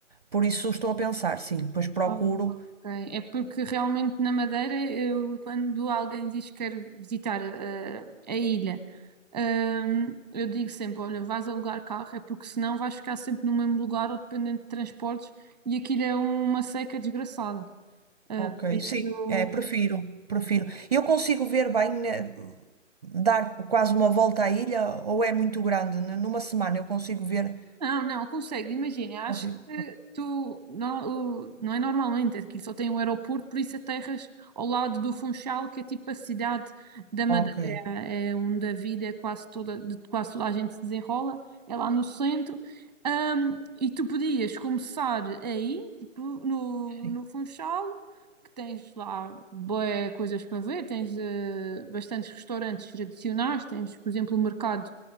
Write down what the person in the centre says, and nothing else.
Ah, Ok. É porque realmente na Madeira, eu, quando alguém diz que quer visitar eh, a ilha, ehm, eu digo sempre: olha, vais alugar carro, é porque senão vais ficar sempre no mesmo lugar ou dependente de transportes e aquilo é uma seca desgraçada. Eh,
por
isso,
Não, não, consegue, imagina, acho
que tu, não, o- não é normalmente, aqui só tem um aeroporto, por isso aterras ao lado do Funchal, que é tipo a cidade da Madeira,
é onde a vida é quase toda, de quase toda a gente se desenrola, é lá no centro, Ahm, e tu podias começar aí, tipo, no,
no Funchal, que tens lá boas coisas para ver, tens eh, bastantes restaurantes tradicionais, tens, por exemplo, o mercado